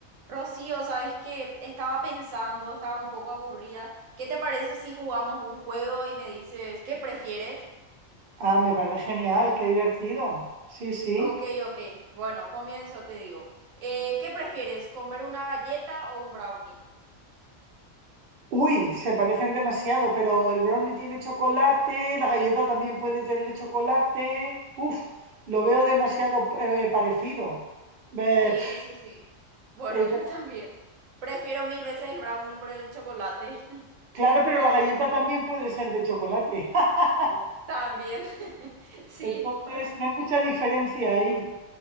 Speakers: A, on the right; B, on the right.
A: Rocío, sabes que estaba pensando, estaba un poco aburrida. ¿Qué te parece si jugamos un juego y me dices qué prefieres?
B: Ah, me parece genial, qué divertido. Sí, sí.
A: Ok, ok. Bueno, comienzo, te digo. Eh, ¿qué prefieres, comer una galleta o un brownie?
B: Uy, se parecen demasiado, pero el brownie tiene chocolate, la galleta también puede tener chocolate. Uf, lo veo demasiado eh, parecido. Eh,
A: Sí,
B: pf,
A: sí, sí. Bueno,
B: es
A: yo
B: dema-
A: <laughs> también. Prefiero mil veces el brownie por el chocolate. <laughs>
B: claro, pero la galleta también puede ser de chocolate. <laughs>
A: Uf, también. <laughs> Sí,
B: Entonces,
A: bueno.
B: no hay mucha diferencia ahí.